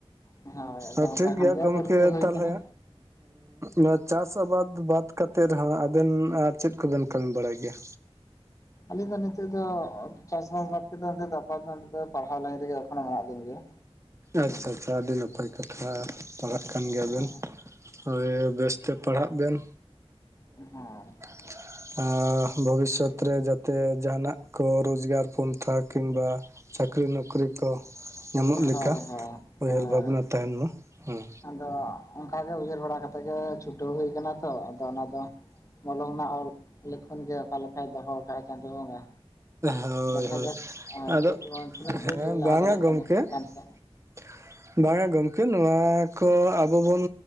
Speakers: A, on the left; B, on the right.
A: ᱦᱳᱭ ᱟᱫᱚ
B: ᱟᱨ
A: ᱚᱱᱠᱟ
B: ᱴᱷᱤᱠᱜᱮᱭᱟ
A: ᱠᱷᱚᱱ ᱜᱮ
B: ᱜᱚᱢᱠᱮ
A: ᱯᱟᱹᱨᱠᱟᱹᱣ ᱦᱩᱭ
B: ᱛᱟᱞᱦᱮ
A: ᱟᱠᱟᱱᱟ
B: ᱱᱟᱣᱟ ᱪᱟᱥ ᱟᱵᱟᱫ ᱵᱟᱫ ᱠᱟᱛᱮᱫ ᱨᱮᱦᱚᱸ ᱟᱵᱮᱱ ᱟᱨ ᱪᱮᱫ ᱠᱚᱵᱮᱱ ᱠᱟᱹᱢᱤ ᱵᱟᱲᱟᱭ ᱜᱮᱭᱟ?
A: ᱟᱹᱞᱤᱧ ᱫᱚ ᱱᱤᱛᱚᱜ ᱫᱚ ᱪᱟᱥᱵᱟᱥ ᱵᱟᱫ ᱠᱟᱛᱮ ᱫᱚ ᱱᱤᱛ ᱫᱚ ᱯᱟᱲᱦᱟᱣ ᱞᱟᱭᱤᱱ ᱨᱮᱜᱮ ᱮᱠᱷᱚᱱᱚ ᱢᱮᱱᱟᱜ ᱞᱤᱧ ᱜᱮᱭᱟ᱾
B: ᱟᱪᱪᱷᱟ ᱟᱪᱪᱷᱟ ᱟᱹᱰᱤ ᱱᱟᱯᱟᱭ᱾ ᱠᱟᱛᱷᱟ ᱯᱟᱲᱦᱟᱜ ᱠᱟᱱ ᱜᱮᱭᱟ
A: ᱦᱳᱭ
B: ᱵᱮᱱ, ᱦᱳᱭ ᱵᱮᱥᱛᱮ ᱯᱟᱲᱦᱟᱜ ᱵᱮᱱ᱾
A: ᱦᱮᱸ᱾
B: <inaudible> ᱟ ᱵᱷᱚᱵᱤᱥᱚᱛ ᱨᱮ ᱡᱟᱛᱮ ᱡᱟᱦᱟᱱᱟᱜ ᱠᱚ ᱨᱚᱡᱽᱜᱟᱨ ᱯᱚᱱᱛᱷᱟ ᱠᱤᱢᱵᱟ-ᱼ ᱪᱟᱹᱠᱨᱤ ᱱᱚᱠᱨᱤ ᱠᱚ ᱧᱟᱢᱚᱜ ᱞᱮᱠᱟ
A: ᱦᱳᱭ ᱦᱳᱭ
B: ᱩᱭᱦᱟᱹᱨ
A: ᱦᱳᱭ
B: ᱵᱷᱟᱵᱽᱱᱟ ᱛᱟᱦᱮᱱ ᱢᱟ ᱦᱮᱸ᱾
A: ᱟᱫᱚ ᱚᱱᱠᱟᱜᱮ ᱩᱭᱦᱟᱹᱨ ᱵᱟᱲᱟ ᱠᱟᱛᱮᱜ ᱜᱮ ᱪᱷᱩᱴᱟᱹᱣ ᱦᱩᱭ ᱟᱠᱟᱱᱟ ᱛᱷᱚ ᱟᱫᱚ ᱚᱱᱟ ᱫᱚ ᱢᱚᱞᱚᱝ ᱨᱮᱱᱟᱜ ᱚᱞ ᱞᱤᱠᱷᱚᱱ ᱜᱮ ᱚᱠᱟ ᱞᱮᱠᱟᱭ ᱫᱚᱦᱚᱣ ᱟᱠᱟᱭ ᱪᱟᱸᱫᱳ ᱵᱚᱸᱜᱟ᱾
B: ᱦᱳᱭ
A: ᱫᱮᱠᱷ
B: ᱦᱳᱭ
A: ᱡᱟᱠ ᱟᱨ
B: ᱟᱫᱚ
A: ᱪᱮᱫ ᱵᱚᱱ ᱛᱤᱱᱟᱹᱜ ᱫᱷᱟᱹᱵᱤᱡ
B: ᱦᱮᱸ
A: ᱞᱤᱧ ᱞᱟᱦᱟ
B: ᱵᱟᱝᱟ
A: ᱫᱟᱲᱮᱭᱟᱜ
B: ᱜᱚᱢᱠᱮ
A: ᱠᱟᱱᱟ᱾ ᱪᱮᱛᱟᱱ ᱥᱮᱫ
B: <inaudible> ᱵᱟᱝᱟ ᱜᱚᱢᱠᱮ ᱱᱚᱣᱟ ᱠᱚ ᱟᱵᱚ ᱵᱚᱱ